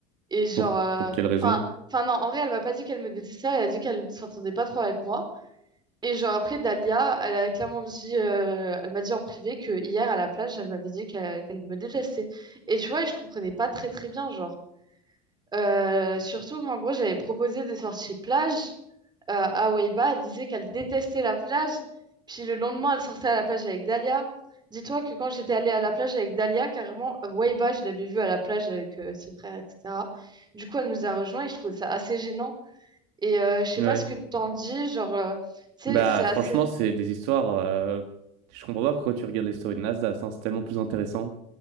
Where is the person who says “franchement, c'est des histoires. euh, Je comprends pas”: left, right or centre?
Right